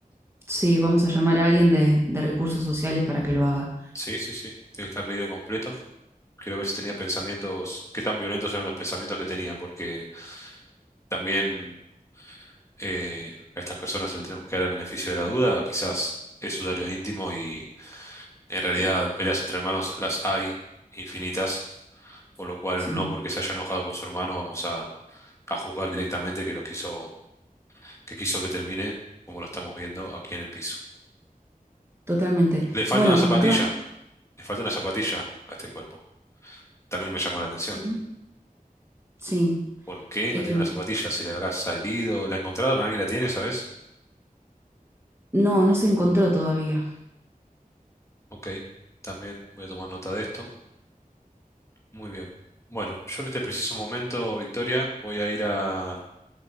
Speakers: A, on the right (about 15°); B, on the left (about 20°).
A: sí, vamos a llamar a alguien de, de recursos sociales para que lo haga.
B: Sí, sí, sí. Tiene que estar leído completo. Quiero ver si tenía pensamientos, qué tan violentos eran los pensamientos que tenía, porque también eh, a estas personas le tenemos que dar el beneficio de la duda. Quizás es su diario íntimo y En realidad,
A: Sí,
B: peleas entre hermanos las hay infinitas, por lo cual
A: sí,
B: no porque se haya enojado con su hermano vamos a, a juzgar directamente que lo quiso, que quiso que termine, como lo estamos viendo aquí en el piso.
A: totalmente.
B: Le falta
A: Bueno,
B: una zapatilla,
A: me acaban.
B: le falta una zapatilla a este cuerpo. También me llamó la atención.
A: Sí, sí.
B: ¿Por qué
A: Eh,
B: no tiene una zapatilla? ¿Se le habrá salido? ¿La encontraron? ¿Alguien la tiene, sabes?
A: no, no se encontró todavía.
B: Ok, también voy a tomar nota de esto. Muy bien. Bueno, yo en este preciso momento, Victoria, voy a ir a